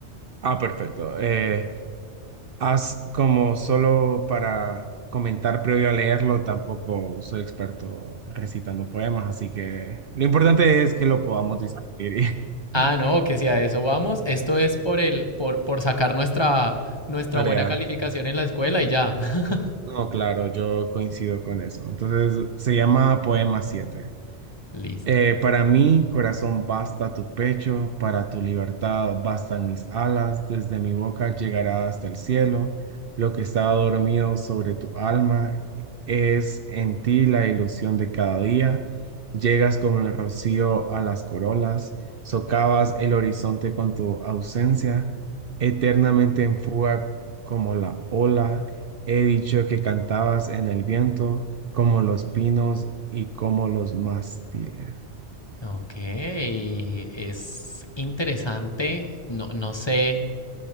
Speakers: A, on the right; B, on the left.
A: Ah, perfecto. Eh, Haz como solo para comentar previo a leerlo, tampoco soy experto recitando poemas, así que lo importante es que lo podamos discutir.
B: Ah,
A: y- <laughs>
B: no, que si a eso vamos, esto es por el, por, por sacar nuestra, nuestra
A: Tarea.
B: buena calificación en la escuela y ya. <laughs>
A: No, claro, yo coincido con eso. Entonces, se llama Poema siete
B: Listo.
A: Eh, para mí, corazón, basta tu pecho, para tu libertad bastan mis alas, desde mi boca llegará hasta el cielo, lo que está dormido sobre tu alma es en ti la ilusión de cada día, llegas como el rocío a las corolas, socavas el horizonte con tu ausencia, eternamente en fuga como la ola, he dicho que cantabas en el viento, como los pinos y como los mástiles.
B: Ok, es interesante. No, no sé,